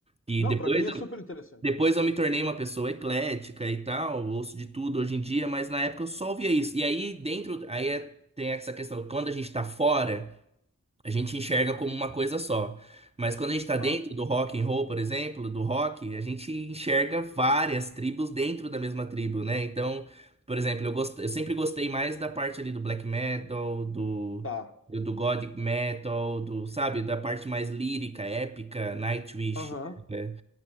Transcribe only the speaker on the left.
Não,
pra mim é super interessante.
Aham,
tá.
Aham.